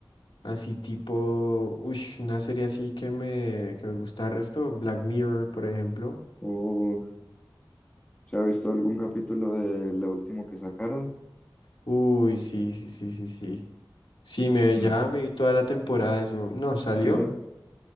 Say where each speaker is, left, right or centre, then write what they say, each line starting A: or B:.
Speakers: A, on the left; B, on the left.
A: así tipo, uy, una serie así que me, que me gusta el resto, Black Mirror, por ejemplo.
B: ¿O se ha visto algún capítulo de lo último que sacaron?
A: Uy, sí, sí, sí, sí, sí. Sí, me,
B: Mm,
A: ya me vi toda la temporada de eso. No salió,
B: Sí.